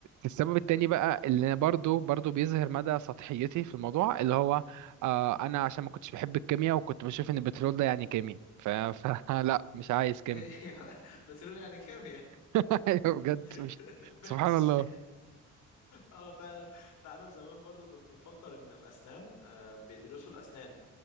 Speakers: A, on the right; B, on the left.
A: السبب التاني بقى اللي برضو برضو بيظهر مدى سطحيتي في الموضوع اللي هو آه، انا عشان ما كنتش بحب الكيمياء وكنت بشوف ان البترول ده يعني كيمياء ف... <laughs> فلا مش عايز كيمياء
B: <laughs> بترول يعني كيمياء
A: <laughs> ايوه بجد
B: <laughs>
A: مش-
B: ماشي
A: سبحان الله
B: اه فعلا تعرف زمان برضو كنت مفكر ان في اسنان آه، بيدرسوا الاسنان